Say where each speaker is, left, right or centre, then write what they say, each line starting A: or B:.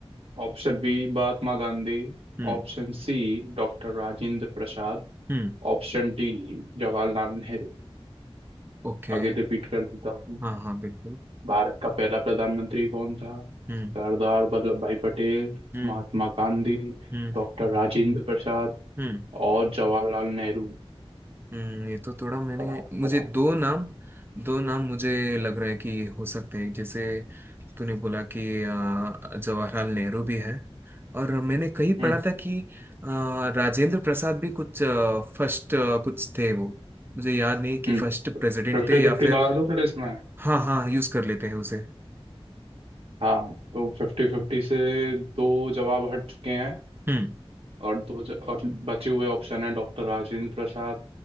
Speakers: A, on the right (about 70°); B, on the right (about 20°).
A: option B Mahatma Gandhi
B: हम्म
A: option C doctor Rajendra Prasad
B: हम्म
A: option D Jawaharlal Nehru
B: ओके
A: आगे रिपीट कर देता हूँ
B: हाँ हाँ बिल्कुल
A: भारत का पहला प्रधानमंत्री कौन था
B: हम्म
A: सरदार वल्लभ भाई पटेल
B: हम्म
A: महात्मा गांधी
B: हम्म
A: डॉक्टर राजेंद्र प्रसाद
B: हम्म
A: और जवाहरलाल नेहरू
B: हम्म, ये तो थोड़ा मैंने
A: बताओ
B: मुझे
A: बताओ
B: दो
A: बताओ
B: नाम दो नाम मुझे लग रहा है कि हो सकते हैं जैसे तूने बोला कि आ, जवाहरलाल नेहरू भी है और मैंने कहीं पढ़ा
A: हम्म
B: था कि आ, राजेंद्र प्रसाद भी कुछ फर्स्ट कुछ थे वो मुझे याद नहीं कि
A: हम्म
B: फर्स्ट प्रेसिडेंट
A: फिफ्टी
B: थे या
A: फिफ्टी
B: फिर
A: लगा लो फिर इसमें
B: हाँ हाँ यूज कर लेते हैं उसे
A: हाँ तो फिफ्टी फिफ्टी से दो जवाब हट चुके हैं
B: हम्म
A: और दो ज, और बचे हुए ऑप्शन है डॉक्टर राजेंद्र प्रसाद